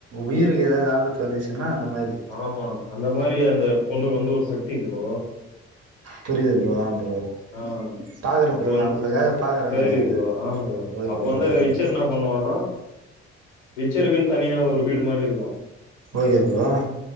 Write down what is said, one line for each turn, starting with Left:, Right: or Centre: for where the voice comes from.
Right: உயிருக்கு ஏதாவது ஆபத்து வந்துச்சுன்னா அந்த மாதிரி
Left: ஆமா அந்த மாரி அந்த பொண்ணுக்கு வந்து ஒரு சக்தி ப்ரோ
Right: புரியுது ப்ரோ ஆ ப்ரோ
Left: ஆ
Right: பாக்குறே
Left: அப்ப
Right: ப்ரோ
Left: வந்து
Right: நா உங்களுக்காக பாக்குறே
Left: சேரி
Right: நானு அது
Left: ப்ரோ ஆ ப்ரோ
Right: ஓகே
Left: வந்து
Right: ஓகே
Left: விச்சர் என்னா பண்ணுவனா விச்சருக்குன்னு தனியா ஒரு வீடு மாரி இருக்கு
Right: ஓகே ப்ரோ